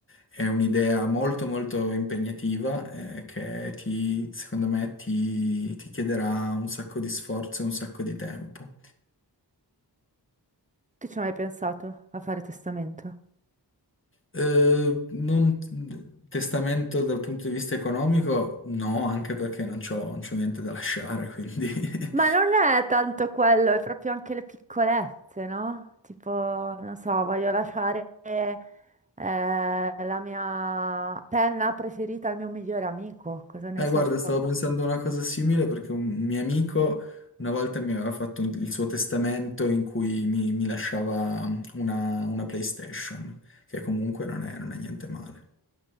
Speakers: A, on the left; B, on the right.
A: è un'idea molto molto impegnativa eh, che ti, secondo me ti, ti chiederà un sacco di sforzo e un sacco di tempo.
B: Tu ci hai mai pensato a fare testamento?
A: Eh, non, testamento dal punto di vista economico, no, anche perché non c'ho, non c'ho niente da lasciare, quindi <laughs>
B: Ma non è tanto quello, è proprio anche le piccolezze, no? Tipo, non so, voglio lasciare eh, la mia penna preferita al mio migliore amico, cosa ne
A: Eh,
B: so.
A: guarda, stavo pensando a una cosa simile perché un mio amico una volta mi aveva fatto un- il suo testamento in cui mi, mi lasciava mm, una, una PlayStation, che comunque non è, non è niente male.